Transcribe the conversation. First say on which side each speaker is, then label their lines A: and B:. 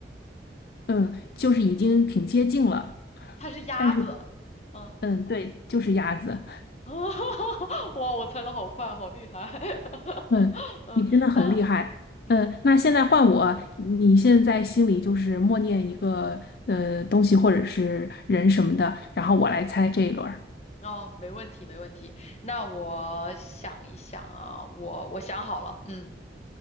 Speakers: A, on the left; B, on the left.
A: 嗯，就是已经挺接近了，
B: 它是鸭子。
A: 但是
B: 嗯。
A: 嗯，对，就是鸭子，
B: 哦，<laughs> 哇，我猜的好快，好厉害。<laughs>
A: 嗯，
B: 嗯，
A: 你真的很厉害，
B: 那嗯，
A: 嗯，那现在换我，你现在心里就是默念一个呃东西或者是人什么的，然后我来猜这一轮儿。
B: 哦，没问题，没问题。那我想一想啊，我我想好了，嗯，